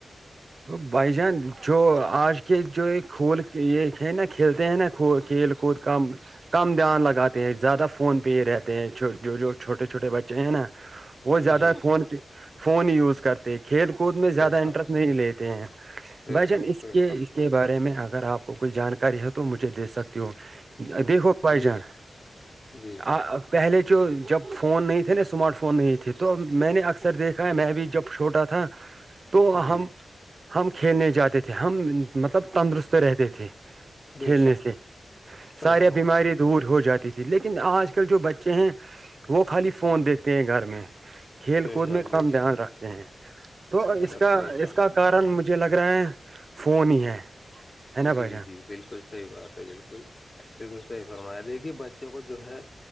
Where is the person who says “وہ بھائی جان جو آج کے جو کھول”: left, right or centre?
Right